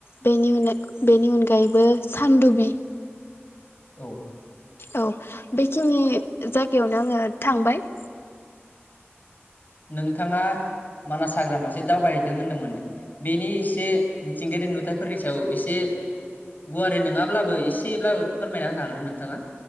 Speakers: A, on the left; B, on the left.
A: बेनि उन बेनि अनगायैबो सानदुबि
B: औ
A: औ बेखिनि जायगायावनो आङो थांबाय
B: नोंथाङा मानास हाग्रामासो दावबायहैदों होनदोंमोन। बेनि एसे मिथिंगायारि नुथायाइफोरनि सायाव एसे गुवारै नङाब्लाबो एसेब्लाबो फोरमायना होनो हागोन ना नोंथाङा?